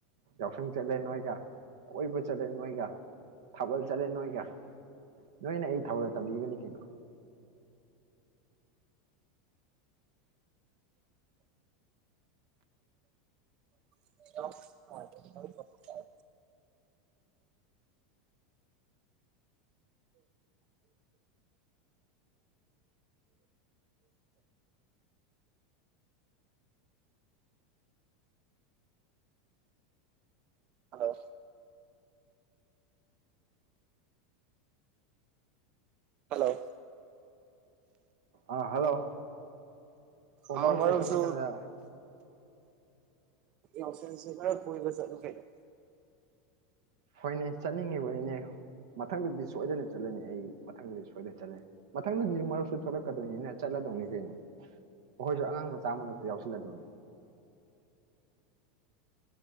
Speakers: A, on the right (about 75°); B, on the right (about 45°).
A: ꯌꯥꯎꯁꯪ ꯆꯠꯂꯦ ꯅꯣꯏꯒ ꯀꯣꯏꯕ ꯆꯠꯂꯦ ꯅꯣꯏꯒ ꯊꯥꯕꯜ ꯆꯠꯂꯦ ꯅꯣꯏꯒ ꯅꯣꯏꯅ ꯑꯩ ꯊꯥꯕꯜ ꯇꯝꯕꯤꯕꯅꯤ ꯀꯩꯅꯣ
B: ꯁ <unintelligible> ꯍꯜꯂꯣ ꯍꯜꯂꯣ
A: ꯑꯥ ꯍꯂꯣ ꯑꯣ
B: ꯑꯥꯎ
A: ꯃꯔꯨꯞ
B: ꯃꯔꯨꯞꯁꯨ
A: ꯑꯩ ꯁꯣꯃ ꯅꯥꯀꯟꯗ
B: ꯌꯥꯑꯣꯁꯪꯁꯤ ꯈꯔꯥ ꯀꯣꯏꯕ ꯆꯠꯂꯨ ꯀꯩꯅꯣ
A: ꯍꯣꯏꯅꯦ ꯆꯠꯅꯤꯡꯉꯤꯕꯅꯤꯅꯦ ꯃꯊꯪꯗꯗꯤ ꯁꯣꯏꯗꯅ ꯆꯠꯂꯅꯤ ꯑꯩ ꯃꯊꯪꯗꯗꯤ ꯁꯣꯏꯗꯅ ꯆꯠꯂꯅꯤ ꯃꯊꯪꯗꯗꯤ ꯃꯔꯨꯞꯁꯨ ꯊꯣꯛꯂꯛꯀꯗꯣꯏꯅꯤꯅ ꯆꯠꯂꯗꯧꯅꯤ ꯀꯩꯅꯣ ꯑꯩꯈꯣꯏꯁꯨ ꯑꯉꯥꯡ ꯃꯆꯥ ꯃꯔꯛꯇ ꯌꯥꯎꯁꯤꯜꯂꯗꯧꯅꯤ